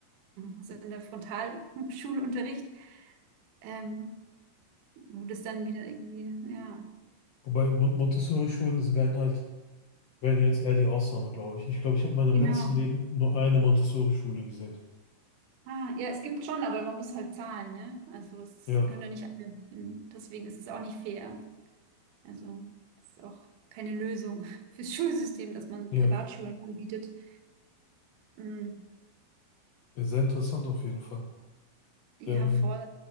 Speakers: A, on the right; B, on the left.
A: Also in der Frontalschulunterricht, ähm, wo das dann wieder irgendwie, ja,
B: Wobei Mon Montessori-Schulen das wären halt, wären jetzt eher die Ausnahme, glaube ich. Ich glaube, ich habe in meinem
A: genau.
B: ganzen Leben nur eine Montessori-Schule gesehen.
A: Ah, ja, es gibt schon, aber man muss halt zahlen, ne? Also es
B: Ja,
A: ist- können ja nicht alle, in, deswegen ist es auch nicht fair. Also es ist auch keine Lösung <laughs> fürs Schulsystem, dass man
B: ja.
A: Privatschulen anbietet. Mm.
B: Ja, Sehr interessant auf jeden Fall.
A: Ja,
B: Ähm,
A: voll.